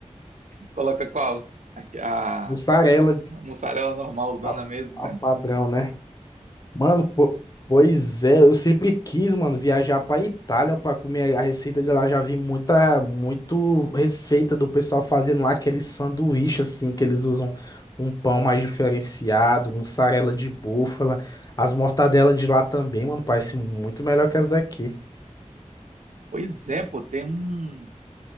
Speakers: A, on the right; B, on the left.
A: coloca qual? A,
B: Mussarela,
A: a, a mussarela normalzona
B: a,
A: mesmo,
B: a
A: né?
B: padrão, né? Mano, po- pois é, eu sempre quis, mano, viajar pra Itália pra comer a receita de lá. Já vi muita, muito receita do pessoal fazendo lá aquele sanduíche, assim, que eles usam um pão mais diferenciado, mussarela de búfala. As mortadelas de lá também, mano, parece muito melhor que as daqui.
A: Pois é, pô, tem um